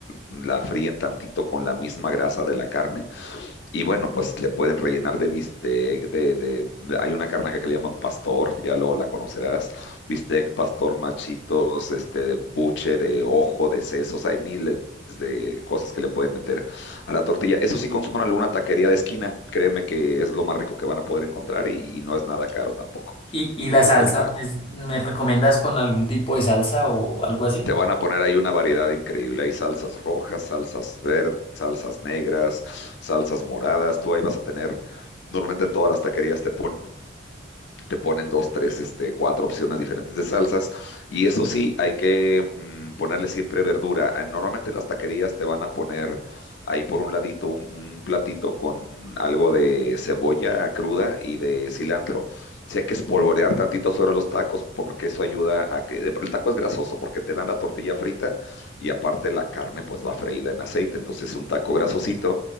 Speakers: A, on the left; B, on the left.
A: la fríen tantito con la misma grasa de la carne y bueno, pues le pueden rellenar de bistec, de, de- de- hay una carne acá que le llaman pastor, ya luego la conocerás, bistec, pastor, machitos, este, de buche, de ojo, de sesos, hay miles de cosas que le pueden meter a la tortilla. Eso sí, consuman alguna taquería de esquina, créeme que es lo más rico que van a poder encontrar y, y no es nada caro tampoco
B: y, y
A: el,
B: la salsa,
A: el taco.
B: es- ¿me recomiendas con algún tipo de salsa o algo así?
A: Te van a poner ahí una variedad increíble. Hay salsas rojas, salsas verdes, salsas negras, salsas moradas. Tú ahí vas a tener, normalmente en todas las taquerías te ponen te ponen dos, tres, este, cuatro opciones diferentes de salsas. Y eso sí, hay que mm, ponerle siempre verdura. Eh, Normalmente en las taquerías te van a poner ahí por un ladito un, un platito con algo de cebolla cruda y de cilantro. Sí hay que espolvorear tantito sobre los tacos porque eso ayuda a que... El taco es grasoso porque te dan la tortilla frita y aparte la carne pues va freída en aceite. Entonces es un taco grasosito